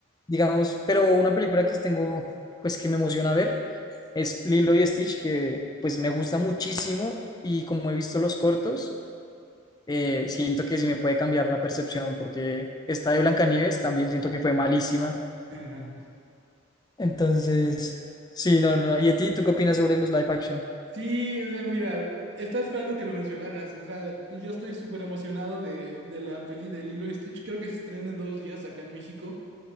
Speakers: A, on the left (about 20°); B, on the right (about 55°).
A: Digamos, pero una película que tengo, pues que me emociona ver, es Lilo y Stitch, que pues me gusta muchísimo y como he visto los cortos, eh, siento que sí me puede cambiar la percepción, porque esta de Blancanieves también siento que fue malísima
B: Ajá.
A: entonces, sí, no, no. no. ¿Y a ti, tú qué opinas sobre los live action?
B: Sí, o sea, mira, estaba esperando que lo mencionaras. O sea, yo estoy súper emocionado de, de la peli de Lilo y Stitch. Creo que se estrena en dos días acá en México.